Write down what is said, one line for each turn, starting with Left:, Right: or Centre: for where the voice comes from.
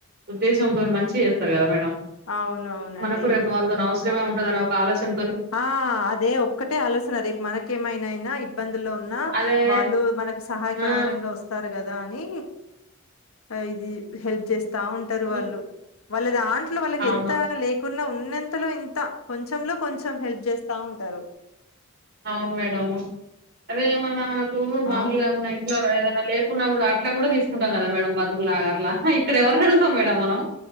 Right: ఉద్దేశంతోని మంచిగా చేస్తారు కదా మేడం
Left: అవునువునండి
Right: మనకు రేపు వాళ్ళతోని అవసరమే ఉంటదని ఒక ఆలోచన
Left: ఆ అదే ఒక్కటే ఆలోచన రేపు మనకేమైనా అయినా ఇబ్బందుల్లో ఉన్నా
Right: అదే
Left: వాళ్ళు మనకు సహాయకారంగా
Right: ఆ
Left: వస్తారు కదా నీ అ ఇది హెల్ప్ చేస్తా ఉంటరు
Right: హ్మ్.
Left: వాళ్ళు వాల్లేదన్ ఇంట్లో వాళ్ళకి
Right: అవును
Left: ఎంత లేకున్నా ఉన్నంతలో ఇంత కొంచెంలో కొంచం హెల్ప్ చేస్తా ఉంటరు
Right: అవును మేడము అదే ఏమన్నా మనకు మామూలుగా
Left: ఆ
Right: ఏమన్నా ఇంట్లో ఏదైన లేకున్నా కూడా అట్లా కూడా తీసుకుంటాం కదా మేడం బతుకులగా అట్లా ఇక్కడ ఎవర్న అడుగుతాం మేడం మనం